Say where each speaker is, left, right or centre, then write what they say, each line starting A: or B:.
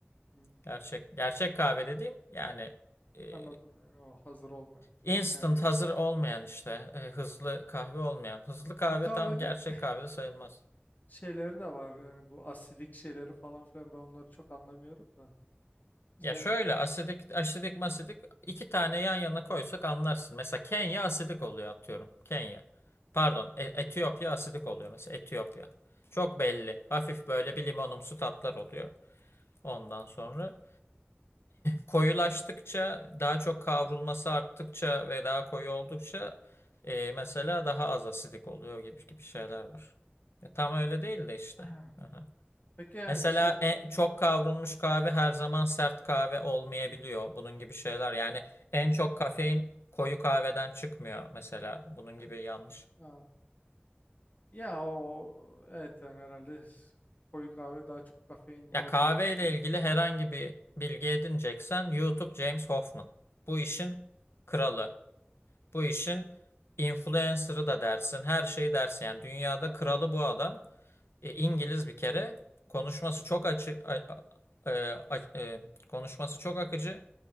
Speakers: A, on the left; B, on the left.
A: Hmm,
B: Gerçek gerçek kahve dediğim yani e,
A: anladım yani o hazır olmayan.
B: instant
A: Kendi
B: hazır olmayan işte e, hızlı kahve olmayan. Hızlı kahve
A: Bu kahvenin
B: tam gerçek
A: <laughs>
B: kahve de sayılmaz.
A: şeyleri de var. Yani bu asidik şeyleri falan filan ben onları çok anlamıyorum da.
B: Ya
A: İşte
B: şöyle asidik, asidik, masidik iki tane yan yana koysak anlarsın. Mesela Kenya asidik oluyor atıyorum. Kenya. Pardon, E- Etiyopya asidik oluyor mesela Etiyopya. Çok belli. Hafif böyle bir limonumsu tatlar oluyor. Ondan sonra. koyulaştıkça, daha çok kavrulması arttıkça ve daha koyu oldukça e, mesela daha az asidik oluyor gibi gibi şeyler var. E, tam öyle değil de işte.
A: <clears throat>
B: Aha.
A: peki yani
B: Mesela
A: şey
B: e, çok kavrulmuş kahve her zaman sert kahve olmayabiliyor.
A: <laughs>
B: Bunun gibi şeyler. Yani en çok kafein koyu kahveden çıkmıyor mesela. Bunun gibi yanlış.
A: Ha, ya o evet yani herhalde s- koyu kahve daha çok kafein
B: Ya
A: var
B: kahve
A: diye düşünülüyor.
B: ile ilgili herhangi bir bilgi edineceksen YouTube James Hoffman. Bu işin kralı. Bu işin influencer'ı da dersin, her şeyi dersin. Yani dünyada
A: Bakarım.
B: kralı bu adam. E, İngiliz bir kere. Konuşması çok açık, a- a- e, a- e, konuşması çok akıcı.